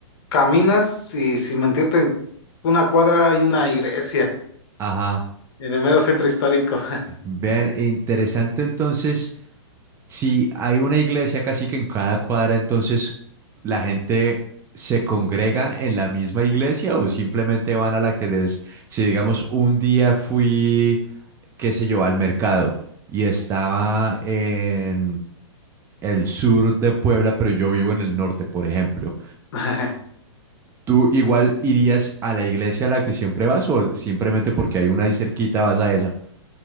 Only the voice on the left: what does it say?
caminas y sin mentirte, en una cuadra hay una iglesia.
En el mero centro histórico.
<laughs>